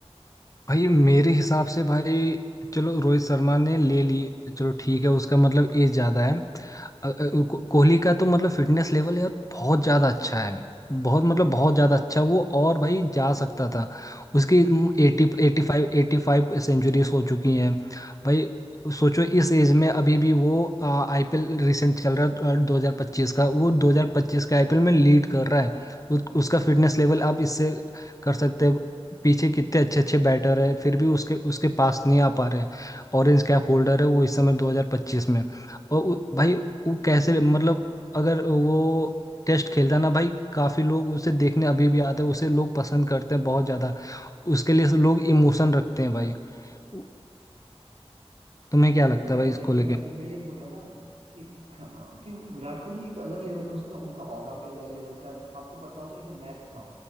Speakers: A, on the left; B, on the right.
A: भाई मेरे हिसाब से भाई चलो रोहित शर्मा ने ले ली चलो ठीक है उसका मतलब एज ज़्यादा है अ, अ, को- कोहली का तो मतलब फिटनेस लेवल यार बहुत ज़्यादा अच्छा है बहुत मतलब बहुत ज़्यादा अच्छा है वो और भाई जा सकता था उसकी एटी एटी फाइव एटी फाइव सेंचुरीज हो चुकी हैं भाई सोचो इस एज में अभी भी वो आईपीएल रिसेंट चल रहा है दो हज़ार पच्चीस का वो दो हज़ार पच्चीस का आईपीएल में लीड कर रहा है उस- उसका फिटनेस लेवल आप इससे कर सकते हैं पीछे कितने अच्छे अच्छे बैटर हैं फिर भी उसके उसके पास नहीं आ पा रहे हैं ऑरेंज कैप होल्डर है वो इस समय 2025 में और उ- भाई वो कैसे मतलब अगर वो टेस्ट खेलता है ना भाई काफ़ी लोग उसे देखने अभी भी आते हैं उसे लोग पसंद करते हैं बहुत ज़्यादा उसके लिए से लोग इमोशन रखते हैं भाई उ- तुम्हें क्या
B: बिल्कुल
A: लगता है
B: भाई
A: भाई इसको
B: देखो
A: लेके
B: मैं मैं ये बोल रहा हूँ ना कि <clears throat> कि विराट कोहली एक अलग लेवल का उसका उनका ऑरा भी अलग लेवल का है आपको पता होगा एक मैच था